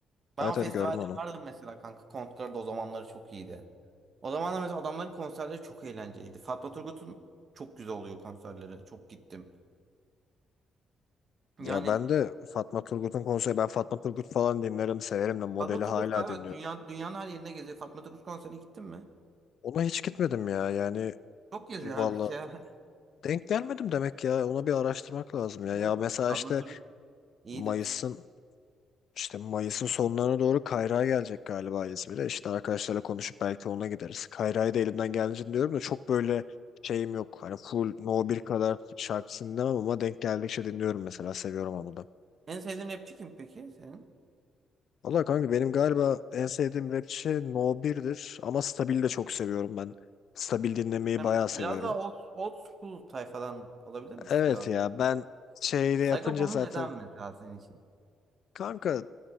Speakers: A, on the right (about 45°); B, on the left (about 65°).
A: Ben
B: Evet
A: o festivalde
B: evet gördüm onu.
A: vardım mesela kanka. Kontkar da o zamanları çok iyiydi. O zamanlar mesela adamların konserleri çok eğlenceliydi. Fatma Turgut'un çok güzel oluyor konserleri. Çok gittim.
B: Ya
A: Yani
B: ben de Fatma Turgut'un konseri ben Fatma Turgut falan dinlerim severim de modeli
A: Fatma Turgut
B: hala
A: galiba
B: dinliyorum.
A: dünya, dünyanın her yerine geziyor. Fatma Turgut konserine gittin mi?
B: Ona hiç gitmedim ya yani
A: Çok geziyor
B: valla
A: halbuki ya.
B: denk gelmedim demek ya ona bir araştırmak lazım
A: <laughs>
B: ya.
A: Evet.
B: Ya mesela
A: Fatma
B: işte
A: Turgut iyidir.
B: Mayıs'ın İşte Mayıs'ın sonlarına doğru Kayra'ya gelecek galiba İzmir'e. İşte arkadaşlarla konuşup belki ona gideriz. Kayra'yı da elimden geldiğince diyorum da çok böyle şeyim yok. Hani full No 1 kadar şarkısını dinlemem ama denk geldikçe dinliyorum mesela. Seviyorum onu da.
A: En sevdiğin rapçi kim peki senin?
B: Valla kanka benim galiba en sevdiğim rapçi No 1'dir ama Stabil'i de çok seviyorum ben. Stabil dinlemeyi
A: Sen
B: bayağı
A: bi-
B: seviyorum.
A: biraz daha old, old school tayfadan olabilir misin
B: Evet
A: biraz
B: ya
A: daha?
B: ben şeyle
A: Sagopa
B: yapınca
A: mı
B: zaten
A: Ceza mı mesela senin için?
B: kanka